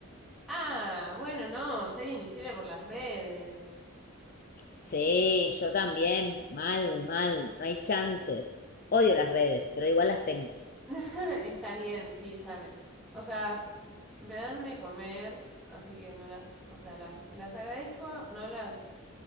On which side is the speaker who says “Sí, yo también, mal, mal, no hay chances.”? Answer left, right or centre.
Left